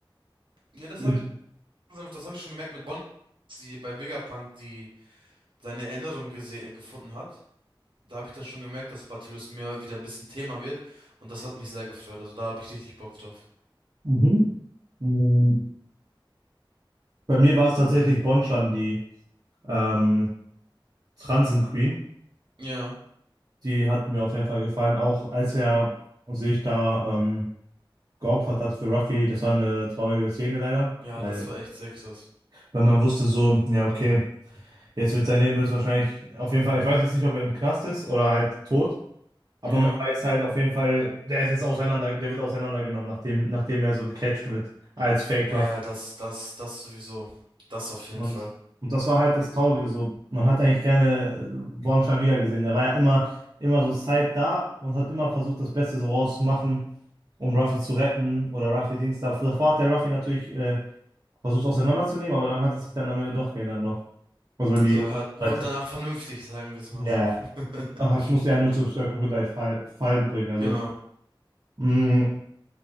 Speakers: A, on the right; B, on the right.
A: Ja, das
B: Mit,
A: habe ich, das habe ich schon gemerkt mit Bonnie, die bei Vegapunk, die seine Erinnerung gese- gefunden hat. Da habe ich dann schon gemerkt, dass Battlus mir wieder ein bisschen Thema wird. Und das hat mich sehr gefreut. Also da habe ich richtig Bock drauf.
B: mhm. Mm, Bei mir war es tatsächlich Bonchan, die Ähm, Transen Queen,
A: Ja,
B: die hat mir auf jeden Fall gefallen. Auch als er sich da ähm, geopfert hat für Ruffy, das war eine traurige Szene leider,
A: ja,
B: weil,
A: das war echt sehr krass.
B: weil man wusste so, ja, okay, jetzt wird sein Leben höchstwahrscheinlich, auf jeden Fall, ich weiß jetzt nicht, ob er im Knast ist oder halt tot, aber
A: Ja.
B: man weiß halt auf jeden Fall, der ist jetzt auseinander, der wird auseinandergenommen, nachdem, nachdem er so gecatcht wird als Fake
A: Ja,
B: Ruffy.
A: ja, das, das, das sowieso. Das auf jeden
B: Und,
A: Fall.
B: und das war halt das Traurige so. Man hat ja eigentlich gerne äh, Bornstein wiedergesehen. Der war ja immer, immer so Zeit da und hat immer versucht, das Beste so rauszumachen, um Ruffy zu retten oder Ruffy Dings. da Davor hat der Ruffy natürlich äh, versucht auseinanderzunehmen, aber dann hat es sich dann am Ende doch geändert noch. Also in
A: Also
B: die
A: er hat, wurde
B: Seite.
A: danach vernünftig, sagen wir es mal
B: Ja,
A: so.
B: ja.
A: <laughs>
B: Ach, das muss ja nur zu Circle Crocodile Fall, Fall bringen. Also,
A: Genau.
B: mh,